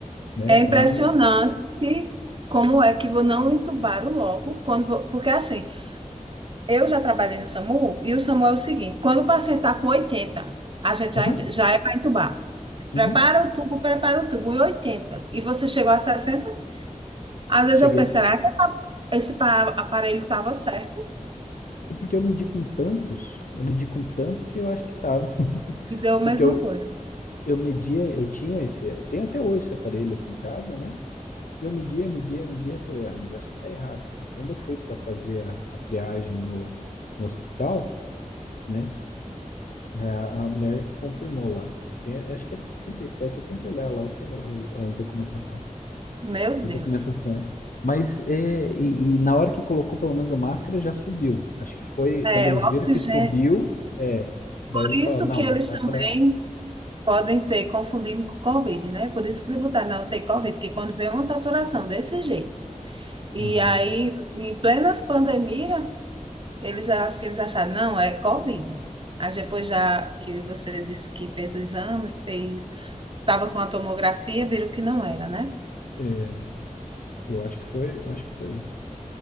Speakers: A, on the left; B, on the right.
A: né?
B: É impressionante
A: E.
B: como é que vou não entubaram logo, quando vou- porque assim, eu já trabalhei no SAMU e o SAMU é o seguinte, quando o paciente está com 80 a gente
A: Aham,
B: já, ent- já é para entubar. Prepara
A: uhum,
B: o tubo, prepara o tubo em 80 e você chegou a 60 às vezes
A: cheguei
B: eu penso,
A: a. se-
B: será que essa- esse pa- aparelho estava certo?
A: É Porque eu medi com tantos, eu medi com tantos que eu acho que tava. <laughs>
B: E deu a mesma
A: Porque eu,
B: coisa.
A: eu media, eu tinha esse. Eu Tenho até hoje esse aparelho aqui em casa, né? E eu media, media, media, falei, ah, mas acho que tá errado isso aqui. Quando eu fui para fazer a, a triagem no, no hospital, né, a, a mulher confirmou lá, 60, acho que era 67, eu tenho que olhar lá, eu tenho as documentação,
B: Meu
A: as
B: Deus.
A: documentações. Mas, é, e, e na hora que colocou pelo menos a máscara, já subiu. Acho que foi
B: É,
A: quando eles
B: o
A: viram
B: oxigênio.
A: que subiu, é, daí
B: Por
A: eles
B: isso
A: falaram, não,
B: que eles
A: dá
B: também
A: pra...
B: podem ter confundido com Covid, né? Por isso que ele botaram na UTI Covid, porque quando vê uma saturação desse jeito. E
A: Uhum.
B: aí, em plena pandemia, eles acho que eles acharam, não, é Covid. Aí depois já que você disse que fez o exame, fez, estava com a tomografia, viram que não era, né?
A: É, eu acho que foi, eu acho que foi isso.